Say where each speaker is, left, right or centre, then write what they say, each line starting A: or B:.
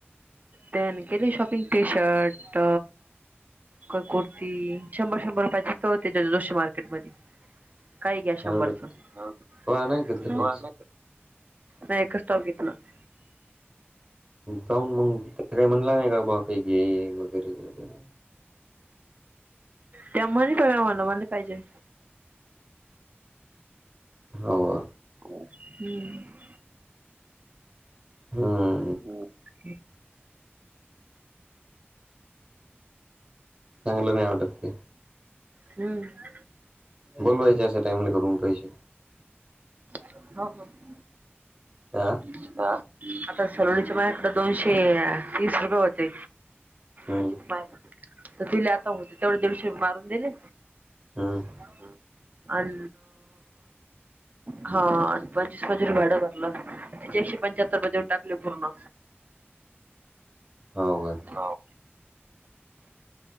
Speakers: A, on the right; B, on the right.
A: त्यांनी केली शॉपिंग ते टी शर्ट कं कुर्ती शंभर शंभर रुपयांचेच तं होते जोशी मार्केटमंध्यें. कांहीं घ्या शंभरचं
B: नवऱ्यात
A: नाहीं
B: तो आहे नाही घेतलं काहीच
A: मी एकचं टॉप घेतलांय.
B: काऊंन मंग कांहीं म्हणलां नाहीं कां बां कांहीं घे वगैरें वगैरें
A: त्यां म्हनं पणं मलां नायं पाहिजे.
B: हां व
A: हम्मं
B: हम्मं
A: हंम
B: चांगलं नाहीं वाटतं ते.
A: हम्मं
B: बोलवायचे अशा टाईमला घरून पैसे.
A: <unintelligible>
B: हा
A: <unintelligible> आता सलोणीच्या माझ्या कडे दोनशे तीस रुपये होते
B: हम्म
A: तिचे मायक तर तिला आता होते तेवढे दिडशे मारून दिले.
B: हम
A: <inaudible> अन हा अन पंचवीस पंचवीस भाडं भरलं. त्याचे एकशे पंचाहत्तर रुपये देऊन टाकले पूर्ण.
B: हाव काय
A: हो